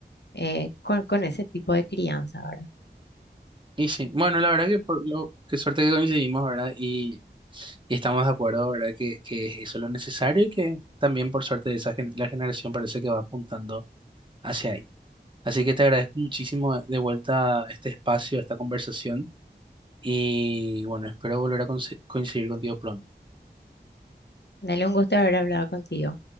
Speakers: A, on the left (about 75°); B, on the right (about 25°).
A: eh, con, con ese tipo de crianza, ¿verdad?
B: Y sí, bueno, la verdad que por lo qué suerte que coincidimos, ¿verdad? Y, y estamos de acuerdo, ¿verdad? Que, que es eso lo necesario y que también por suerte esa gen- la generación parece que va apuntando hacia ahí. Así que te agradezco muchísimo eh, de vuelta este espacio, esta conversación y bueno, espero volver a conse- coincidir contigo pronto.
A: Dale un gusto haber hablado contigo.